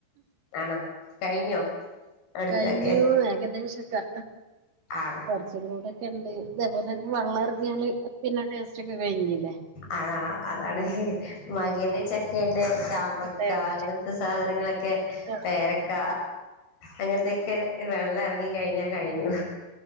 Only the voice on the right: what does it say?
കഴിഞ്ഞു ഏകദേശൊക്കെ
കൊറച്ചും കൂടെക്കെണ്ട് ഇതേപോലെന്നെ വെള്ളറങ്ങിയാല് പിന്നെ ടേസ്റ്റൊക്കെ കഴിഞ്ഞില്ലേ
ടേസ്റ്റ്
ആ